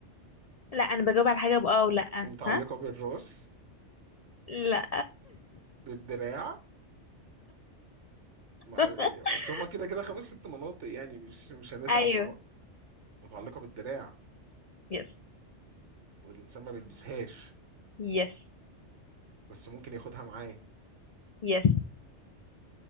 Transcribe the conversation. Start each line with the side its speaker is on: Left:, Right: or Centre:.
Left: لا انا بجاوب على حاجه بأه او لا
Right: متعلقة
Left: ها
Right: بالراس
Left: لا
Right: بالدراع مع
Left: <laughs>
Right: اصل هما كده كده خمس ست مناطق يعني مش مش هنتعب
Left: ايوه
Right: مع بعض. متعلقة بالدراع
Left: يس
Right: والإنسان ما بيلبسهاش
Left: يس
Right: بس ممكن ياخدها معاه
Left: يس